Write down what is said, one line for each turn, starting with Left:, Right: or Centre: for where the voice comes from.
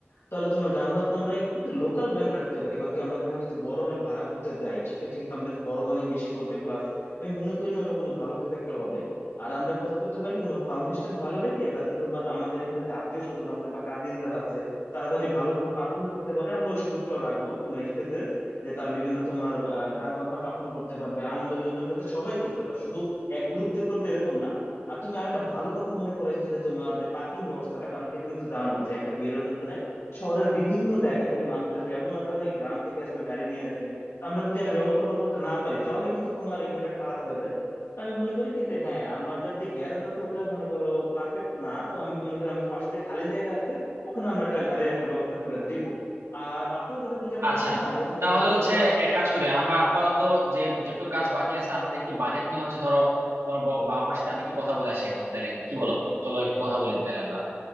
Left: তাহলে তোমার গান বাজনা আমরা কিন্তু লোকাল ব্যান্ড রাখতে পারি কারণ কি আমরা তো এখন যদি বড় ব্যান্ড ভাড়া করতে যাই সেক্ষেত্রে কিন্তু আমাদের খরচ অনেক বেশি পড়বে প্লাস আমি মনে করি না ওটা কোনো ভালো কিছু একটা হবে আর আমরা কাজ করতে পারি কি তোমার সাউন্ড সিস্টেম ভালো রেখে যাতে তোমার আমাদের এখানে যে আত্মীয় স্বজন আছে বা কাজিন যারা আছে তারা জানি ভালো কিছু পারফর্ম করতে পারে আমরা ওই সুযোগটাও রাখবো তোমার স্টেজে যে তারা বিভিন্ন তোমার আহ, গান বাজনা পারফর্ম করতে পারবে আনন্দ বিনোদন যাতে সবাই করতে পারে শুধু এক গ্রুপ যে করবে এরকম না আর তুমি আরেকটা ভালো কথা মনে করাইছো যে তোমার যে পার্কিং ব্যবস্থাটা কারণ কি তুমি তো জানো যে একটা বিয়ের অনুষ্ঠানে শহরের বিভিন্ন জায়গা থেকে মানুষ আসবে এমন আছে অনেকে গ্রাম থেকে আসবে গাড়ি নিয়ে আসবে তো আমরা যদি একটা ব্যবস্থাপনা করতে না পারি তাহলে কিন্তু তোমার এখানে একটা খারাপ হয়ে যায় তো আমি মনে করি কি যে হ্যাঁ আমাদের যে গ্যারেজ আছে ওটা মনে করো পারফেক্ট না তো আমি মনে করি আমাদের পাশে যে খালি জায়গা আছে ওখানে আমরা একটা গাড়ি রাখার ব্যবস্থা করে দিব আর বাসের কথা যেটা বললে
Right: আচ্ছা
Left: হ্যাঁ ওটা
Right: তাহলে
Left: ঠিক আছে
Right: হচ্ছে
Left: ওটা
Right: এক কাজ করে আমরা আপাতত যে যেটুকু কাজ বাকি আছে আমাদের একটু বাজেট নিয়ে হচ্ছে ধরো তোমার ব- বাবা মার সাথে আমরা একটু কথা বলে আসি এখন তাইলে কি বলো চলো একটু কথা বলি তাইলে আমরা